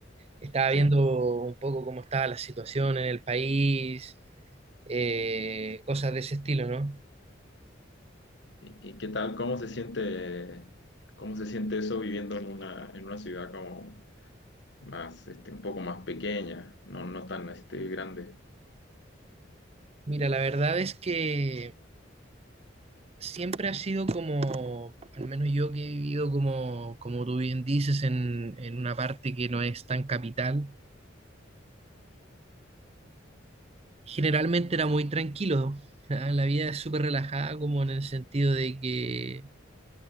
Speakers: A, on the right; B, on the left.
A: Estaba
B: Sí,
A: viendo un poco cómo estaba la situación en el país, eh, cosas de ese estilo, ¿no?
B: ¿Y, y qué tal? ¿Cómo se siente, cómo se siente eso viviendo en una, en una ciudad como más, este, un poco más pequeña, no, no tan, este, grande?
A: Mira, la verdad es que siempre ha sido como, al menos yo que he vivido como, como tú bien dices, en, en una parte que no es tan capital. generalmente era muy tranquilo. <laughs> ¿ah? La vida es súper relajada, como en el sentido de que,